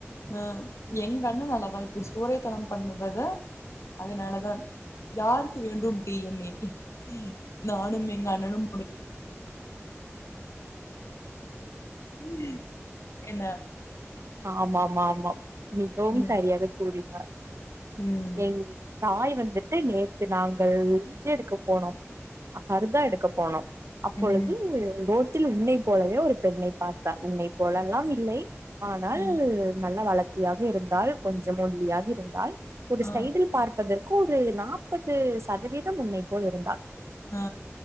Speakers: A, on the left; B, on the right.
A: அஹ் எங்கண்ணல்லவா இப்டி சோறே தராம பண்ணுவத அதனால தான் யாருக்கு வேண்டும் டி என் ஏ நானும் எங்க அண்ணனும் <unintelligible> என்ன
B: ஆமாமா ஆமாம் மிகவும்
A: ம்
B: சரியாக கூறினார்
A: ம்
B: என் தாய் வந்துட்டு நேத்து நாங்கள் இது எடுக்க போனோம் ஃபர்தா எடுக்க போனோம் அப்பொழுது
A: ம்
B: ரோ உன்னை போலவே ஒரு பெண்ணை பார்த்தா உன்னை போலல்லாம் இல்லை ஆனால்
A: ஆ
B: நல்லா வளர்த்தியாக இருந்தால் கொஞ்சம் ஒல்லியாக இருந்தால் ஒரு
A: ஆ
B: சைடில் பார்ப்பதற்கு ஒரு நாப்பது சதவீதம் உன்னைப்போல் இருந்தாள்
A: ஆ